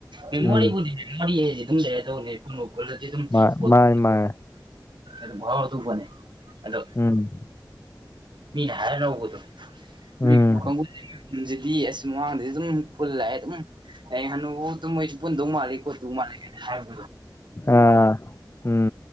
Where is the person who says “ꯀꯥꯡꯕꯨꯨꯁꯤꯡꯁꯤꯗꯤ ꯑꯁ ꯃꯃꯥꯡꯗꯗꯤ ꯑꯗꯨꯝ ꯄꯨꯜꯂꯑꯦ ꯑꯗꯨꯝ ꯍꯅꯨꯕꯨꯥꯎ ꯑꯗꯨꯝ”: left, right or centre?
Right